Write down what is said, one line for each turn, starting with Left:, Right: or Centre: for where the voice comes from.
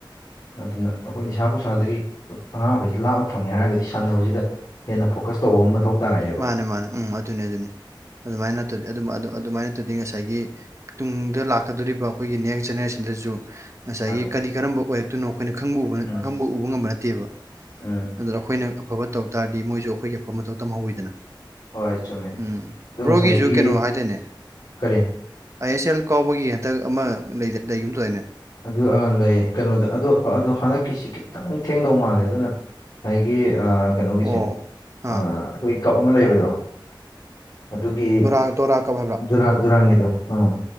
Left: ꯑꯗꯨꯅ ꯑꯩꯈꯣꯏ ꯅꯤꯁꯥ ꯄꯨꯁꯥꯗꯒꯤ ꯑꯉꯥꯡ ꯃꯈꯈꯩꯁꯤ ꯂꯥꯞꯅ ꯊꯝꯒꯦ ꯍꯥꯏꯔꯒꯗꯤ ꯁꯥꯟꯅꯕꯁꯤꯗ ꯍꯦꯟꯅ ꯐꯣꯀꯁ ꯇꯧꯕ ꯑꯃ ꯃꯊꯧ ꯇꯥꯔꯛꯑꯦꯕ
Right: ꯃꯥꯅꯦ ꯃꯥꯅꯦ ꯎꯝ ꯑꯗꯨꯅꯤ ꯑꯗꯨꯅꯤ ꯑꯗꯨꯃꯥꯏꯅ ꯅꯠꯇꯗꯤ ꯑꯗꯨ ꯑꯗꯨꯃꯥꯏ ꯅꯠꯇꯗꯤ ꯉꯁꯥꯏꯒꯤ ꯇꯨꯡꯗ ꯂꯥꯛꯀꯗꯧꯔꯤꯕ ꯑꯩꯈꯣꯏꯒꯤ ꯅꯦꯛꯁ ꯖꯦꯅꯦꯔꯦꯁꯟꯗꯁꯨ ꯉꯁꯥꯏꯒꯤ
Left: ꯃꯥꯅꯦ
Right: ꯀꯔꯤ ꯀꯔꯝꯕ ꯑꯣꯏꯔꯛꯇꯣꯏꯅꯣ ꯑꯩꯈꯣꯏꯅ ꯈꯪꯕ ꯎꯕ
Left: ꯎꯝ
Right: ꯈꯪꯕ ꯎꯕ ꯉꯝꯕ ꯅꯠꯇꯦꯕ
Left: ꯎꯝ
Right: ꯑꯗꯨꯅ ꯑꯩꯈꯣꯏꯅ ꯑꯐꯕ ꯇꯧ ꯇꯥꯔꯗꯤ ꯃꯣꯏꯁꯨ ꯑꯩꯈꯣꯏꯒꯤ ꯑꯐ ꯃꯊꯧ ꯇꯝꯍꯧꯋꯤꯗꯅ
Left: ꯍꯣꯏ ꯆꯨꯝꯃꯦ
Right: ꯎꯝ
Left: ꯑꯗꯣ
Right: ꯕ꯭ꯔꯣꯒꯤꯁꯨ
Left: ꯉꯁꯥꯏꯒꯤ
Right: ꯀꯩꯅꯣ ꯍꯥꯏꯗꯅꯦ
Left: ꯀꯔꯤ
Right: ꯑꯥꯏ ꯑꯦꯁ ꯑꯦꯜ ꯀꯥꯎꯕꯒꯤ ꯍꯟꯗꯛ ꯑꯃ ꯂꯩꯒꯨꯝ ꯇꯧꯅꯦ
Left: ꯑꯗꯨ ꯂꯩꯌꯦ ꯀꯩꯅꯣꯗ ꯑꯗꯣ ꯑꯗꯨꯣ ꯍꯟꯗꯛꯀꯤꯁꯤ ꯈꯤꯇꯪ ꯊꯦꯡꯗꯧ ꯃꯥꯜꯂꯦ ꯑꯗꯨꯅ ꯉꯁꯥꯏꯒꯤ ꯀꯩꯅꯣꯒꯤꯁꯦ
Right: ꯑꯣ ꯑꯥ
Left: ꯑꯩꯈꯣꯏ ꯀꯞ ꯑꯃ ꯂꯩꯕꯗꯣ ꯑꯗꯨꯒꯤ
Right: ꯗꯧꯔ ꯀꯥꯞ
Left: ꯗꯨꯔꯥꯟ ꯗꯨꯔꯥꯟꯒꯤꯗꯣ ꯑꯥ